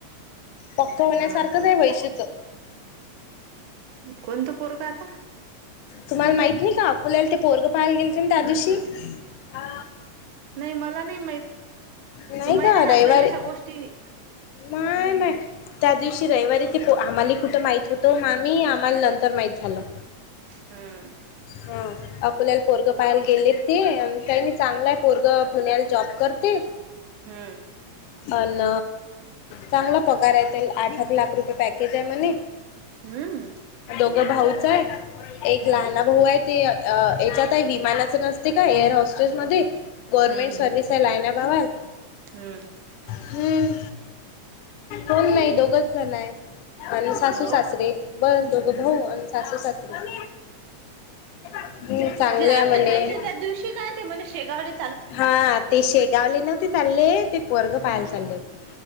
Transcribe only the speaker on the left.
पक्क होण्यासारखंच
आहे वैशुच.
तुम्हाला माहीत नाही का अकोल्याला ते पोरग पहायला गेलतील ना दीवशी. ह...
नाही
का
रविवारी.
माय, माय त्या दिवशी रविवारी ते आम्हाला कुठं माहित होतं आम्ही आम्हाला नंतर- तर माहीत झालं.
हो अकोल्याला पोरग पाहायला गेले ते काही नाही चांगलाय पोरग पुण्याला जॉब करते.
अन चांगला पगार आहे ते आठ आठ लाख रुपये पॅकेज आहे म्हणे-
दोघं भाऊच आहेच एक
लहना भाऊ आहे. ते याच्यातही विमानाचं नसते का एअर हॉस्टेलसमध्ये. गव्हर्नमेंट
सर्विस
आहे लायना भावाल.
हम्म कोण नाही दोघचं जण आहे. आणि सासू सासरे
बस दोघं
भाऊ आणि सासू सासरे- हम्म चांगले
आहे म्हणे.
हा ते शेगावले नव्हते चालले ते पोरग पाहायला
चालले होते.